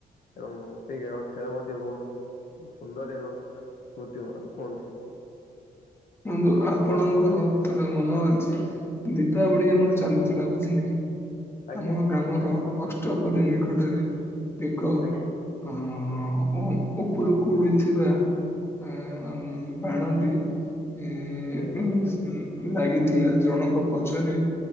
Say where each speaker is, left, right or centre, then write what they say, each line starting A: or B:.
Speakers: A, on the left (about 65°); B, on the left (about 15°).
A: ଏବଂ ସେଇ ଖ ଖେଳ ମଧ୍ୟ ବହୁତ ସୁନ୍ଦର ଏବଂ ସ୍ମୃତିମୟ କୁହନ୍ତୁ।
B: ବନ୍ଧୁ ଆପଣଙ୍କର ଥରେ ମନ ଅଛି ଦୀପାବଳି ଆମର ଚାଲୁଥିଲା ବୁଝିଲେ କି?
A: ଆଜ୍ଞା
B: ଆମ ଗ୍ରାମର ଅଷ୍ଟପହରୀ ନିକଟରେ ଏକ
A: ଆଜ୍ଞା
B: ଅ ଅ ଅ ଉପରକୁ ଉଡ଼ିଥିବା ଆ ବାଣଟି ଏ
A: ଆଜ୍ଞା
B: ଉଁ ଲାଗିଥିଲା ଜଣଙ୍କ ପଛରେ